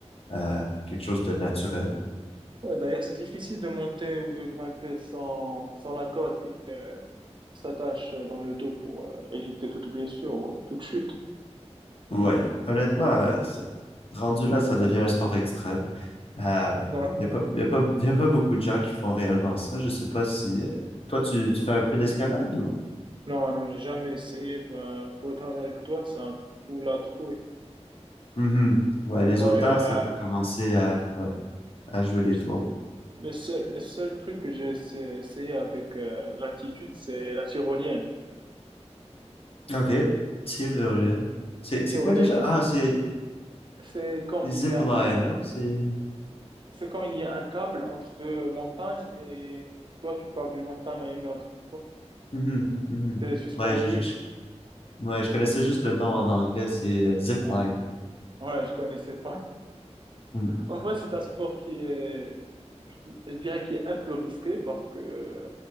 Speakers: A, on the left; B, on the right.
A: euh, quelque chose de naturel.
B: Ouais, d'ailleurs, c'est difficile de monter ou de grimper sans, sans la corde qui te, s'attache euh, dans le dos pour euh, éviter toute blessure ou toute chute.
A: Ouais, honnêtement, euh, c'est- rendu là, ça devient un sport extrême. Euh,
B: <laughs> Ouais.
A: Il n'y a pas, y a pas, y a pas beaucoup de gens qui font réellement ça. Je sais pas si... euh, Toi, tu, tu fais un peu d'escalade ou...
B: Non, non, j'ai jamais essayé. Bah, pour être honnête avec toi, ça me fout la trouille.
A: Mhm. Ouais, les
B: Ouais,
A: auteurs,
B: bah,
A: ça peut commencer à, ouais, à jouer
B: je
A: des
B: sais-
A: tours.
B: le seul, le seul truc que j'ai essa- essayé avec euh, l'altitude, c'est la tyrolienne.
A: OK. Tyrolienne. C'est,
B: Une
A: c'est
B: Tyrolienne,
A: quoi déjà?
B: je-
A: Ah, c'est
B: c'est quand
A: c'est
B: il
A: zipline,
B: y a un,
A: hein? C'est...
B: c'est quand il y a un câble entre deux montagnes et toi, tu pars d'une montagne à une autre.
A: Mhm, mhm.
B: Tu es suspendu.
A: Ouais, je, je- ouais, je connaissais juste le nom en anglais, c'est euh, zipline.
B: Ah, Ouais, je connaissais pas.
A: Mm.
B: En vrai, c'est un sport qui est, je je dirais, qui est un peu risqué parce que